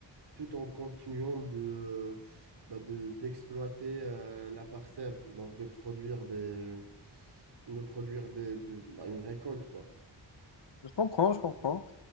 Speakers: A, on the right; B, on the left.
A: tout en continuant de, bah, de- d'exploiter euh, la parcelle, donc de produire des, de produire des, de- bah, une récolte, quoi.
B: Je comprends, je comprends.